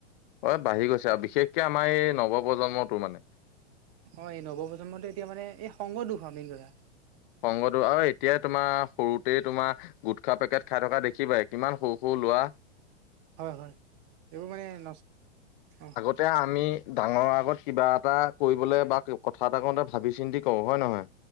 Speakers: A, on the left (about 45°); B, on the right (about 35°).
A: অহ, এ বাঢ়ি গৈছে আৰু বিশেষকে আমাৰ এই নৱপ্ৰজন্মটো মানে।
B: হয় এই নৱপ্ৰজন্মটো এতিয়া মানে এই সংগ দুখ আৰু মেইন কথা।
A: সংগটো আৰু এতিয়া তোমাৰ সৰুতেই তোমাৰ গুটখা পেকেট খাই থকা দেখিবাই কিমান সৌ - সৌ লোৱা
B: হয় -হয় এইবোৰ মানে নচ অহ।
A: এতিয়া আমি ডাঙৰৰ আগত কিবা এটা কৰিবলৈ বা কথা এটা কওঁতে ভাবি চিন্তি কওঁ হয় নহয়?